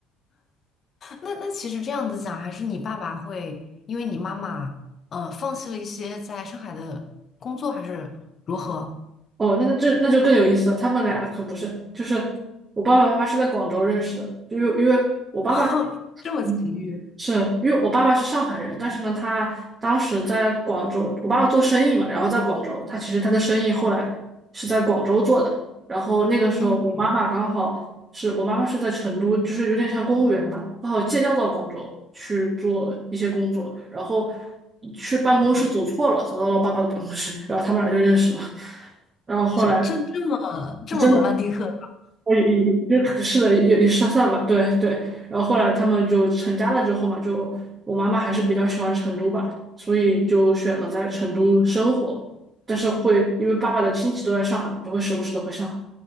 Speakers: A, on the left; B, on the right.
A: 那那其实这样子讲，还是你爸爸会因为你妈妈呃放弃了一些在上海的工作，还是如何？
B: 哦，那那这那就更有意思了。他们俩可不是，就是我爸爸妈妈是在广州认识的，就因为因为我爸爸，
A: <laughs> 这么奇遇，
B: 嗯是因为我爸爸是上海人，但是呢，他当时在广州，我爸爸做生意嘛，然后在广州，他其实他的生意后来是在广州做的。然后那个时候，
A: 嗯，
B: 我妈妈刚好是我妈妈是在成都，就是有点像公务员吧，刚好借调到广州去做一些工作，然后去办公室走错了，
A: 哦，
B: 走到了我爸爸的办公室，然后他们俩就认识了。<laughs> 然后后来
A: 这这这么这么罗曼蒂克的
B: 真的。我也也就是的，也也算算吧，对对。然后后来他们就成家了之后嘛，就我妈妈还是比较喜欢成都吧，所以就选了在成都生活。但是会因为爸爸的亲戚都在上海嘛，就会时不时的回上海，